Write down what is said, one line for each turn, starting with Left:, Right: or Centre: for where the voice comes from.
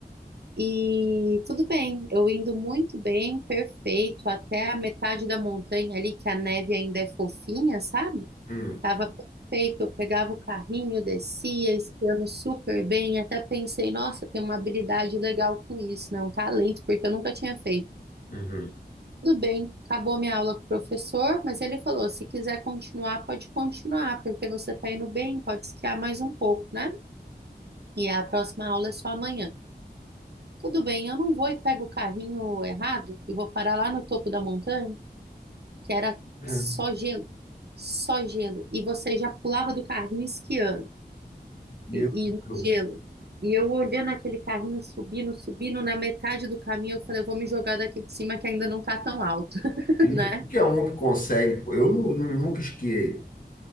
Right: E tudo bem, eu indo muito bem, perfeito, até a metade da montanha ali que a neve ainda é fofinha, sabe?
Left: Hum,
Right: Tava perfeito, eu pegava o carrinho, descia, esquiando super bem, até pensei, nossa, tem uma habilidade legal com isso, não, talento, porque eu nunca tinha feito.
Left: uhum.
Right: Tudo bem, acabou minha aula com o professor, mas ele falou, se quiser continuar, pode continuar, porque você tá indo bem, pode esquiar mais um pouco, né? E a próxima aula é só amanhã. Tudo bem, eu não vou e pego o carrinho errado e vou parar lá no topo da montanha, que era
Left: É,
Right: só gelo, só gelo, e você já pulava do carrinho esquiando.
Left: Meu
Right: E, e no
Left: Deus.
Right: gelo. E eu olhando aquele carrinho subindo, subindo, na metade do caminho, eu falei, eu vou me jogar daqui de cima que ainda não tá tão alto, <laughs>
Left: E não
Right: né?
Left: é qualquer um que consegue, pô. Eu nu- nu- nunca esquiei.